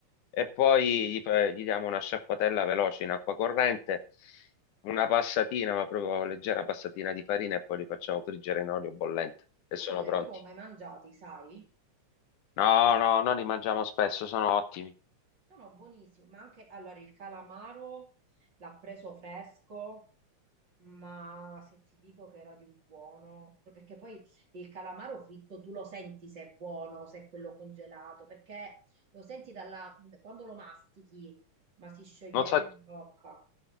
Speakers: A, on the left (about 90°); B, on the right (about 35°).
A: e poi gli, fa- gli diamo una sciacquatella veloce in acqua corrente, una passatina, ma proprio leggera passatina di farina e poi li facciamo friggere in olio bollente e
B: Io
A: sono
B: non li avevo
A: pronti.
B: mai mangiati, sai?
A: No, no, noi li mangiamo spesso, sono ottimi.
B: Sono buonissimi, ma anche allora il calamaro l'ha preso fresco, ma se ti dico che era di un buono, pro- perché poi il calamaro fritto tu lo senti se è buono, se è quello congelato, perché lo senti dalla, quando lo mastichi, ma si scioglieva
A: Non sa,
B: in bocca,